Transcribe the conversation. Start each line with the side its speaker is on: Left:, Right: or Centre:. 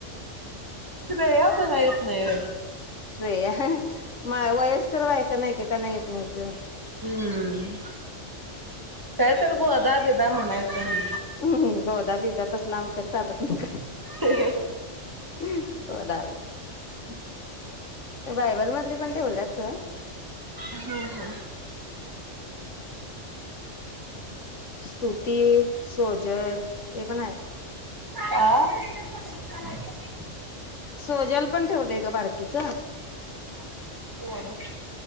Right: श्रेया मनाय येत नाई होय?
Left: श्रेया <unintelligible> मा वयस्कर बायका नाही का त्यांना येत नाहीत <unintelligible>
Right: हं, काय तर गोदा बिदा म्हनायच न,
Left: हं गोदा - बिदा तसला आमच्यात चालत नाही का
Right: हम्म
Left: <unintelligible> गोदा <unintelligible> ते बायबल मधले पण ठेवल्याच
Right: <unintelligible> हा हा
Left: स्तुती, सोजल ते पनाय.
Right: आ? <unintelligible>
Left: सोजल पण ठेवलय ग बारकीच?
Right: <unintelligible> पोर